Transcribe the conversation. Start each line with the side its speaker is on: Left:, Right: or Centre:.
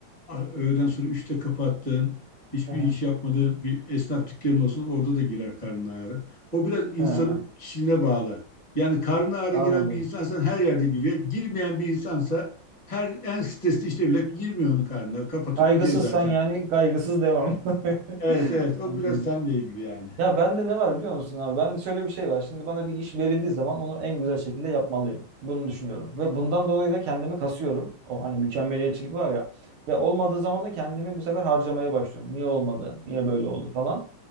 Left: a- öğleden sonra üçte kapattığın hiçbir
Right: Hı hı.
Left: iş yapmadığın bir esnaf dükkanın olsun orada da girer karnın ağrı. O biraz insanın
Right: Hı,
Left: kişiliğine bağlı. Yani karnına ağrı
Right: anladım.
Left: giren bir insansan her yerde giriyor. Girmeyen bir insansa her en stresli işte bile girmiyor onun karnına. Kapatıp
Right: Kaygısızsan
Left: gidiyor zaten.
Right: yani kaygısız devam. <laughs>
Left: Evet evet o
Right: Anladım.
Left: biraz seninle ilgili yani.
Right: Ya bende ne var biliyor musun abi? Ben şöyle bir şey var. Şimdi bana bir iş verildiği zaman onu en güzel şekilde yapmalıyım. Bunu düşünüyorum. Ve bundan dolayı da kendimi kasıyorum. O hani mükemmeliyetçilik var ya. Ve olmadığı zaman da kendimi bu sefer harcamaya başlıyorum. Niye olmadı? Niye böyle oldu falan.